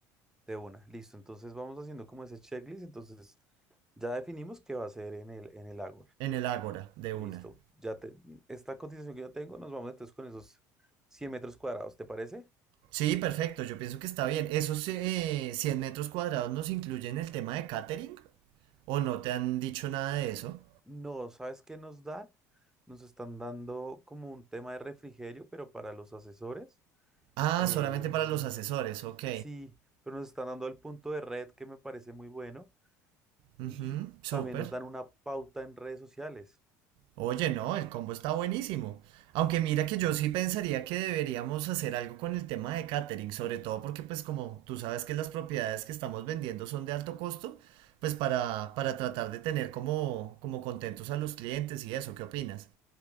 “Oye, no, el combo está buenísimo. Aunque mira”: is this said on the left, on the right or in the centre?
Right